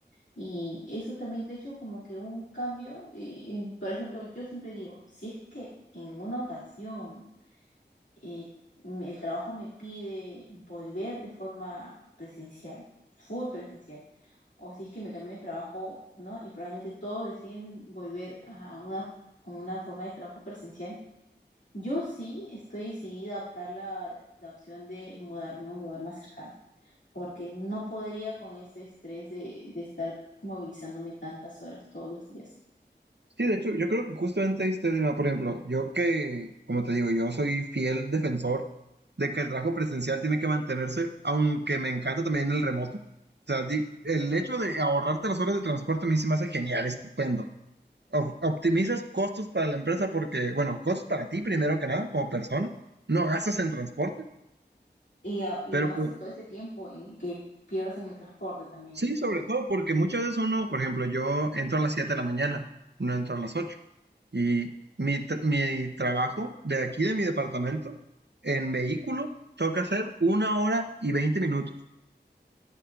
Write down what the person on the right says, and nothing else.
Sí, de hecho, yo creo que justamente este dilema, por ejemplo, yo que, como te digo, yo soy fiel defensor de que el trabajo presencial tiene que mantenerse, aunque me encanta también el remoto. O sea, di- el hecho de ahorrarte las horas de transporte a mí se me hace genial, estupendo. Op- optimizas costos para la empresa porque, bueno, costos para ti primero que nada, como persona. No gastas en transporte,
pero
pues
sí,
sobre todo porque muchas veces uno, por ejemplo, yo entro a las 7 de la mañana, no entro a las ocho Y mi, mi trabajo de aquí, de mi departamento, en vehículo, toca hacer una hora y 20 minutos.